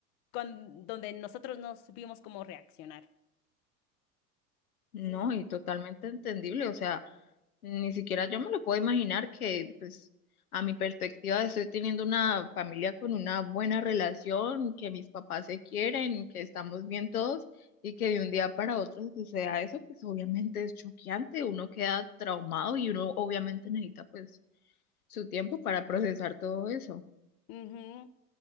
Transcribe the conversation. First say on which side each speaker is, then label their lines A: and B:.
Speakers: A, on the left; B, on the left.
A: con, donde nosotros no supimos cómo reaccionar.
B: No,
A: Entonces,
B: y totalmente entendible, o sea, ni siquiera yo me lo puedo imaginar que, pues, a mi perspectiva estoy teniendo una familia con una buena relación, que mis papás se quieren, que estamos bien todos y que de un día para otro suceda eso, pues obviamente es choqueante, uno queda traumado y uno obviamente necesita, pues, su tiempo para procesar todo eso.
A: ujú.